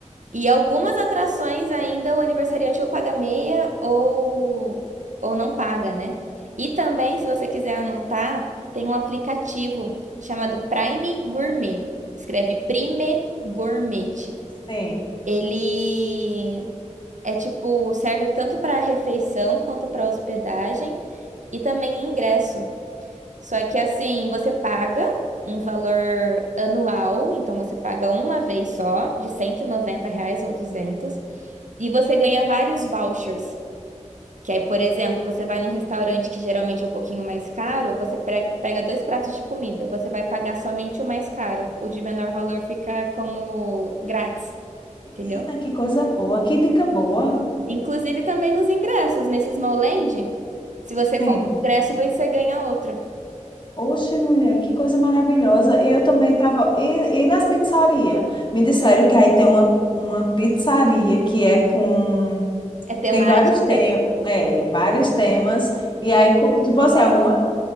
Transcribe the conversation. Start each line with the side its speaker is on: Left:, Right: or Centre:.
Right: E algumas atrações ainda o aniversariante ou paga meia ou, ou não paga, né? E também, se você quiser anotar, tem um aplicativo chamado Prime Gourmet. Escreve Prime Gourmet.
Left: Sim.
Right: Ele é tipo, serve tanto para refeição quanto para hospedagem. e também ingresso. Só que assim, você paga um valor anual, então você paga uma vez só, de 190 reais ou 200 e você ganha vários vouchers. Que aí, por exemplo, você vai num restaurante que geralmente é um pouquinho mais caro, você pre- pega dois pratos de comida, você vai pagar somente o mais caro, o de menor valor fica como grátis,
Left: Menina,
Right: entendeu?
Left: que coisa boa, que dica boa.
Right: Inclusive também nos ingressos, nesse Snowland, se você
Left: Sim.
Right: compra um ingresso, você ganha outro.
Left: Oxe, mulher, que coisa maravilhosa. E eu também estava E, e nas pizzarias? Me disseram que aí tem uma, uma pizzaria que é com.
Right: É temática.
Left: Tem vários temas. É, vários temas. E aí, cu- tu fosse alguma?